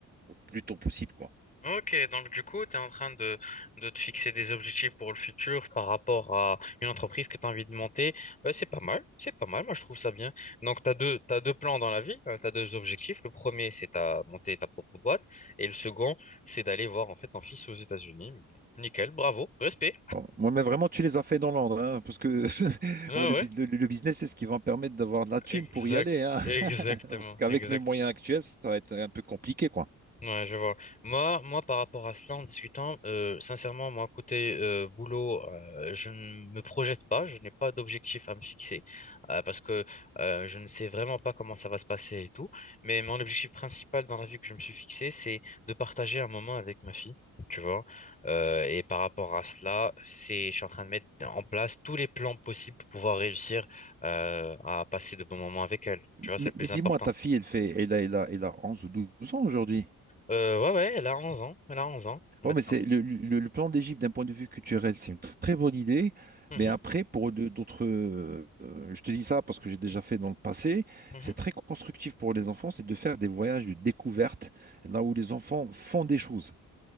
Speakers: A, on the right (about 25°); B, on the left (about 25°).
A: au plus tôt possible, quoi.
B: Ok, donc du coup, tu es en train de, de te fixer des objectifs pour le futur par rapport à une entreprise que tu as envie de monter. Euh, c'est pas mal, c'est pas mal, moi je trouve ça bien. Donc tu as deux, t'as deux plans dans la vie, tu as deux objectifs. Le premier, c'est de monter ta propre boîte. Et le second, c'est d'aller voir en fait ton fils aux États-Unis. Nickel, bravo, respect.
A: Bon, moi, mais vraiment, tu les as fait dans l'ordre, hein, parce que <laughs>
B: Ah
A: ouais, le,
B: ouais,
A: bus- le- le business, c'est ce qui va me permettre d'avoir de la thune
B: exact,
A: pour y aller, hein.
B: exactement,
A: <laughs> Parce qu'avec
B: exactement.
A: mes moyens actuels, ça va être un peu compliqué, quoi.
B: Ouais, je vois. Moi, moi, par rapport à cela, en discutant, euh, sincèrement, moi, côté euh, boulot, euh, je ne me projette pas, je n'ai pas d'objectif à me fixer euh, parce que euh, je ne sais vraiment pas comment ça va se passer et tout. Mais mon objectif principal dans la vie que je me suis fixé, c'est de partager un moment avec ma fille, tu vois. Euh, et par rapport à cela, c'est, je suis en train de mettre en place tous les plans possibles pour pouvoir réussir euh, à passer de bons moments avec elle. Tu vois, c'est
A: Mais,
B: le plus
A: mais dis-moi,
B: important.
A: ta fille, elle fait, elle a, elle a, elle a 11 ou 12 ans aujourd'hui.
B: Euh, ouais, ouais, elle a 11 ans, elle a 11 ans maintenant.
A: Ouais, mais c'est le, le- le plan d'Égypte d'un point de vue culturel, c'est une très bonne idée.
B: Mhm,
A: Mais après, pour de- d'autres, euh, euh, je te dis ça parce que j'ai déjà fait dans le passé,
B: mhm.
A: c'est
B: Ouais.
A: très constructif pour les enfants, c'est de faire des voyages de découverte, là où les enfants font des choses.